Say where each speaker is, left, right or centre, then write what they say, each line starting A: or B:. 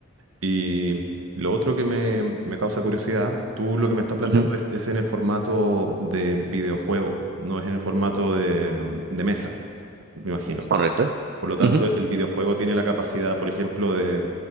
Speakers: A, on the right; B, on the right.
A: Y lo otro que me, que me causa curiosidad, tú lo que me estás planteando
B: Ujú,
A: es, es en el formato de videojuego, no es en el formato de, mm, de mesa, me imagino.
B: ¿Correcto?
A: Por lo tanto,
B: Ujú,
A: el videojuego tiene la capacidad, por ejemplo, de,